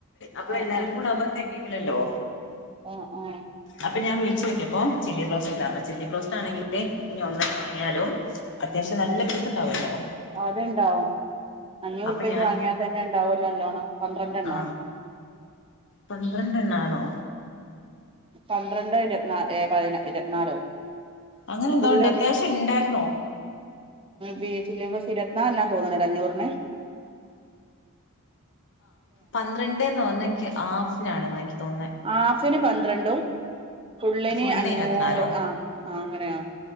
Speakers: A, on the left; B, on the right.
A: അപ്പോൾ
B: ആഹ്
A: എല്ലാവരും
B: ആഹ്
A: കൂടി ആകുമ്പോൾ തികയില്ലല്ലോ
B: ആഹ് ആഹ്
A: അപ്പോൾ ഞാൻ വിളിച്ചു നോക്കിയപ്പോൾ ചില്ലി ബ്രോസ് ഇല്ല എന്ന് ചില്ലി ബ്രോസ്റ്റ് ആണെങ്കിൽ ഇനി ഒന്നെങ്കിലും വാങ്ങിയാലും അത്യാവശ്യം നല്ല പീസ് ണ്ടാവല്ലോ
B: അതുണ്ടാകും അഞ്ഞൂർ ഉർപ്യക്ക്
A: അപ്പൊ ഞാൻ
B: വാങ്ങിയാൽ തന്നെ ഉണ്ടാവുമല്ലോ പന്ത്രണ്ട് എണ്ണം
A: ആ പന്ത്രണ്ടെണ്ണാണോ
B: പന്ത്രണ്ടോ ഇരുപത്തിനാലോ
A: അങ്ങനെന്തോണ്ട്
B: ഫുള്ള്
A: അത്യാവശ്യം ഉണ്ടായിരുന്നു
B: ബീഫ് ചില്ലി ഇരുപതിനാൽ എണ്ണന്ന് തോന്നിണ്ല്ലേ അഞ്ഞൂർന്
A: പന്ത്രണ്ട് എന്ന് പറഞ്ഞാൽ ഹാഫിന് ആണെന്നാണ് എനിക്ക് തോന്നുന്നത്
B: ഹാഫിന് പന്ത്രണ്ടും ഫുള്ളിന്
A: ഫുള്ള്
B: അഞ്ഞൂർ
A: ഇരുപത്തിനാലോ
B: ആ ആ അങ്ങനെയാണെ